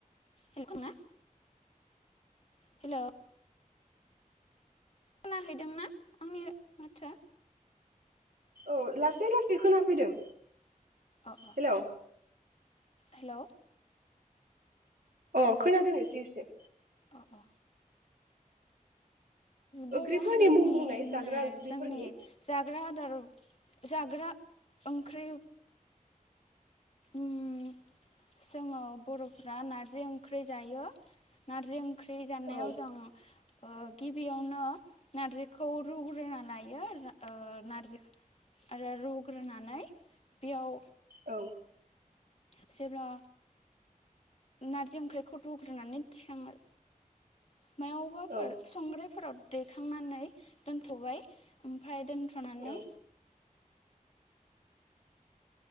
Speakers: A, on the left; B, on the right.
A: <unintelligible> हेल' खोनाहैदोंना आंनि माथोआ?
B: औ लासै लासै खोनाफैदों।
A: अ अ
B: हेलौ
A: हेलौ
B: अ खोनादों एसे एसे।
A: अ अ बर'
B: ओंख्रिफोरनि
A: हारिनि
B: मुं बुंनाय जाग्रा ओंख्रिफोरनि।
A: जोंनि जाग्रा जाग्रा ओंख्रि ओम जोङो बर'फ्रा नारजि ओंख्रै जायो नारजि ओं ख्रि जानायाव
B: औ
A: जों ओ गिबियावनो नारजिखौ रुग्रोना लायो ओ नारजि आरो रुग्रोनानै बेयाव
B: औ
A: जेब्ला नारजि ओंख्रिखौ रुग्रोनानै थिखाङो। मायावबाफोर
B: औ
A: संग्रायफोराव दैखांनानै दोनथ'बाय ओम फ्राय दोनथ'नानै
B: औ